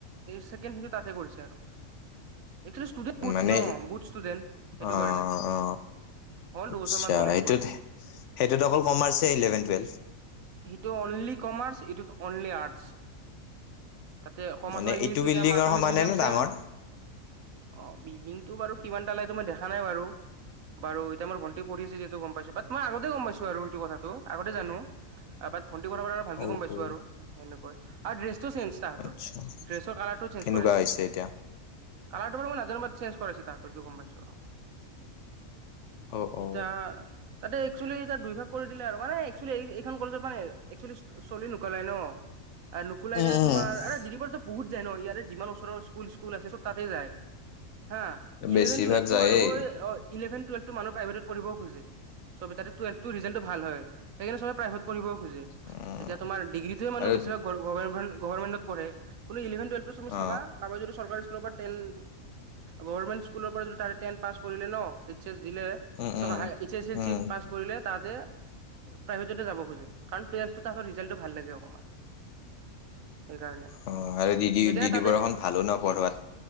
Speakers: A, on the right (about 75°); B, on the left (about 70°).
A: ছেকেণ্ড হেৰিত তাতে কৰিছে আৰু এস্কলি ষ্টুডেণ্ট বহুত
B: মানে
A: ন বহুত ষ্টুডেণ্ট সেইটো
B: অ
A: কাৰণে
B: অ
A: হল
B: আচ্ছা
A: দুবছৰ মান হ'ল
B: সেইটোত
A: এইটো কৰা
B: সেইটোত অকল কমাৰ্চ ইলেভেন টুৱেলভ
A: ইটো অনলি কমাৰ্চ ইটো ই অনলি আৰ্টচ তাতে কমাৰ্চৰ
B: মানে
A: ইংলিছ
B: এইটো
A: মিডিয়াম
B: বিল্ডিঙৰ
A: আছামিছ
B: সমানে
A: মিডিয়াম
B: নে
A: ছেম
B: ডাঙৰ
A: অ বিগিংটো বাৰু কিমান তালে তোমাৰ দেখা নাই বাৰু বাৰু এতিয়া মোৰ ভণ্টি পঢ়ি আছে যিহেতু গম পাইছো বাট মই আগতে গম পাইছো আৰু সেইটো কথাটো আগতে জানো বাট ভণ্টি কথা ভালকে
B: অ
A: গম পাইছো
B: অ
A: আৰু এনেকৈ আৰু ড্ৰেছটো চেঞ্জ তাহাঁতৰ
B: আচ্ছা
A: ড্ৰেছৰ কালাৰটোও চেঞ্জ
B: কেনেকুৱা
A: কৰিছে
B: <unintelligible>
A: কালাৰটো বাৰু মই নাজানো চেঞ্জ কৰাইছে তাহাঁতৰ হেতো গম পাইছো আৰু
B: অ অ
A: এতিয়া তাতে একচুৱেলি এয়া দুই ভাগ কৰি দিলে আৰু মানে একচুৱেলি এইখন একচলি নুকোলাই ন আৰু নুকলাই
B: উম
A: কেনে
B: উম
A: তোমাৰ দিদিবৰটো বহুত য ন ইয়াৰে যিমান ওচৰৰ স্কুল স্কুল আছে চব তাতেই যায়। হা ইলেভেন,
B: বেছিভাগ
A: টুৱেভটো
B: যায়েই
A: মানুহে অ ইলেভেন, টুৱেলটো মানুহে প্ৰাইভেটত পঢ়িবও খুজে। চবে তাতে টুৱেভটো ৰিজালটো ভাল হয়। সেইকাৰণে চবে প্ৰাইভেট পঢ়িব খোজে,
B: উম
A: এতিয়া তোমাৰ ডিগ্ৰীটো মানুহ
B: আৰু
A: গভ গভৰ্মেণ্টত পঢ়ে। <unintelligible> <inaudible> চাবা
B: অ
A: কাবাই যদি চৰকাৰী স্কুল <unintelligible> তেন গভৰমেন স্কুলৰ পৰা যদি তাৰে টেন পাছ কৰিলে ন দিলে এই
B: উম উম
A: S L
B: um
A: C pass কৰিলে তাহাতে প্ৰাইভেটতে যাব খুজ কাৰণ টোৱেলভটো তাহাতৰ ৰিজাল্টটো ভাল লাগে অকমান। সেইকাৰণে,
B: অ আৰু দিদি
A: সেইকাৰনে
B: দিদি
A: তাতে
B: বৰাখন ভালো ন পঢ়োৱাত